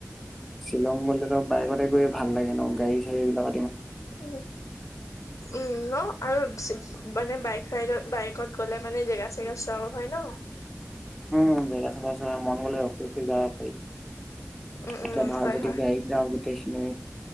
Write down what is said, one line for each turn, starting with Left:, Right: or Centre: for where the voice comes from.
Centre: শ্বিলং গ'লেতো বাইকতে গৈ ভাল লাগে ন? গাড়ী চাড়ী বিলাক
Left: উম, উম ন। আৰু মানে বাইক চাই বাইকত গ'লে মানে জেগা চেগা চোৱাব হয় ন?
Centre: উম, জেগা চেগা চোৱা মন গ'লে অ ৰখি যাব পাৰি,
Left: উম
Centre: এতিয়া
Left: উম
Centre: ধৰা
Left: হয়
Centre: যদি
Left: হয়
Centre: বাইকট যাওঁ গোটেই সিনি